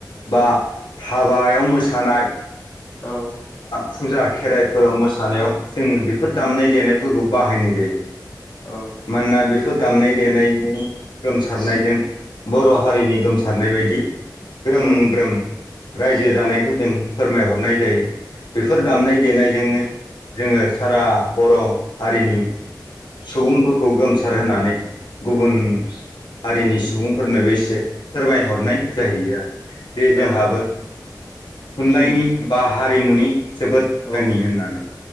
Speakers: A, on the left (about 80°); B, on the left (about 40°).
A: बा
B: औ
A: हाबायाव मोसानाय ।
B: औ
A: फुजा खेराइफोराव मोसानायाव जोङो बेफोर दामनाय
B: औ
A: देनायफोरखौ बाहायनाय जायो ।
B: औ
A: मानोना बेफोर दामनाय देनाय नि गोमसारनायजों
B: उम
A: बर' हारिनि गोमसारनाय बायदि ग्रोम
B: औ
A: ग्रोम रायजो जानायखौ
B: औ
A: जों फोरमायहरनाय जायो बेफोर
B: औ
A: दामनाय देनायजोंनो जोङो सारा बर' हारिनि सुबुंफोरखौ गोमसार होनानै गुबुन हारिनि सुबुंफोरनोबो एसे फोरमायहरनाय जाहैयो आरो दे जोंहाबो
B: औ
A: थुनलाइनि
B: उम
A: बा हा हारिमुनि जोबोद धोनि
B: औ
A: होननानै